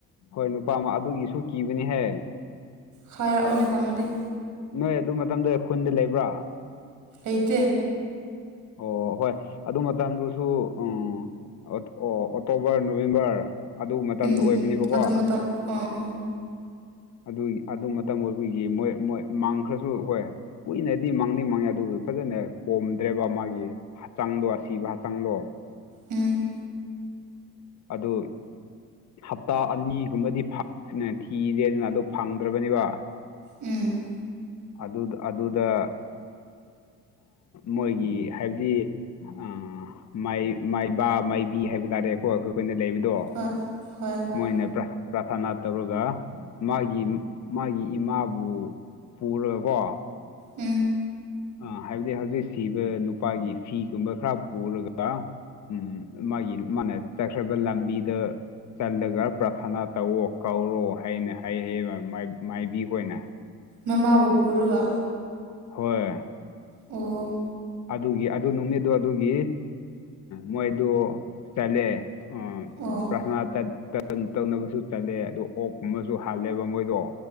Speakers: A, on the left; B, on the right.
A: ꯍꯣꯏ ꯅꯨꯄꯥ ꯑꯗꯨꯒꯤꯁꯨ ꯀꯤꯕꯅꯤꯍꯦ
B: ꯍꯌꯥ ꯑꯣꯅꯦꯀꯉꯗꯤꯦ
A: ꯅꯣꯏ ꯑꯗꯨ ꯃꯇꯝꯗꯨ ꯈꯨꯟꯗ ꯂꯩꯕ꯭ꯔꯥ
B: ꯑꯇ
A: ꯑꯣ ꯍꯣꯏ ꯑꯗꯨ ꯃꯇꯝꯗꯨꯁꯨ ꯑꯣ ꯑꯣ ꯑꯣꯛꯇꯣꯕꯔ ꯅꯣꯕꯦꯝꯕꯔ ꯑꯗꯨ ꯃꯇꯝꯗ
B: ꯎꯝ
A: ꯑꯣꯏꯕꯅꯦꯕꯀꯣ
B: ꯎꯝ ꯑꯗꯨ ꯃꯇꯝ ꯑꯥ ꯑꯥ
A: ꯑꯗꯨꯒꯤ ꯑꯗꯨ ꯃꯇꯝ ꯑꯣꯏꯕꯒꯤ ꯃꯣꯏ ꯃꯣꯏ ꯃꯥꯡꯈ꯭ꯔꯁꯨ ꯍꯣꯏ ꯀꯨꯏꯅꯗꯤ ꯃꯥꯡꯅꯤ ꯃꯪꯉ ꯑꯗꯨꯕꯨ ꯐꯖꯅ ꯄꯣꯝꯗ꯭ꯔꯦꯕ ꯃꯥꯒꯤ ꯍꯛꯆꯥꯡꯗꯣ ꯑꯁꯤꯕ ꯍꯛꯆꯥꯡꯗꯣ
B: ꯎꯝ
A: ꯑꯗꯨ ꯍꯞꯇꯥ ꯑꯅꯤꯒꯨꯝꯕꯗꯤ ꯊꯤꯔꯦꯗꯅ ꯑꯗꯨ ꯐꯪꯗ꯭ꯔꯕꯅꯦꯕ
B: ꯎꯝ
A: ꯑꯗꯨꯗ ꯑꯗꯨ ꯑꯗꯨꯗ ꯃꯣꯏꯒꯤ ꯍꯥꯏꯕꯗꯤ ꯑꯥ ꯃꯥꯏ ꯃꯥꯏꯕ ꯃꯥꯏꯕꯤ ꯍꯥꯏꯕ ꯇꯥꯔꯦꯀꯣ ꯑꯩꯈꯣꯏꯈꯣꯏꯅ ꯂꯩꯕꯗ ꯑꯗꯣ
B: ꯍꯣꯏ ꯍꯣꯏ ꯍꯣꯏ
A: ꯃꯣꯏꯅ ꯄ꯭ꯔꯥ ꯄ꯭ꯔꯥꯊꯅꯥ ꯇꯧꯔꯒ ꯃꯥꯒꯤ ꯃꯥꯒꯤ ꯏꯃꯥꯕꯨ ꯄꯨꯔꯒꯀꯣ
B: ꯎꯝ
A: ꯑ ꯍꯥꯏꯕꯗꯤ ꯍꯧꯖꯤꯛ ꯁꯤꯕ ꯅꯨꯄꯥꯒꯤ ꯐꯤꯒꯨꯝꯕ ꯈꯔ ꯄꯨꯔꯒ ꯎꯝ ꯃꯥꯒꯤ ꯃꯥꯅ ꯆꯠꯈ꯭ꯔꯕ ꯂꯝꯕꯤꯗ ꯆꯜꯂꯒ ꯄ꯭ꯔꯊꯅꯥ ꯇꯧꯋꯣ ꯀꯧꯔꯣ ꯍꯩꯅ ꯍꯩꯩ ꯃꯥꯏꯕꯤꯈꯣꯏꯅ
B: ꯃꯃꯥꯕꯨ ꯄꯨꯔꯒ
A: ꯍꯣꯏ
B: ꯑꯣ
A: ꯑꯗꯨꯒꯤ ꯑꯗꯨ ꯅꯨꯃꯤꯠꯇꯣ ꯑꯗꯨꯒꯤ ꯃꯣꯏꯗꯨ ꯆꯠꯂꯦ ꯑ
B: ꯑꯣ
A: ꯄꯁꯅ ꯇꯧꯅꯕꯁꯨ ꯆꯠꯂꯦ ꯑꯗꯨ ꯑꯣꯛꯀꯨꯝꯕꯁꯨ ꯍꯥꯜꯂꯦꯕ ꯃꯣꯏꯗꯣ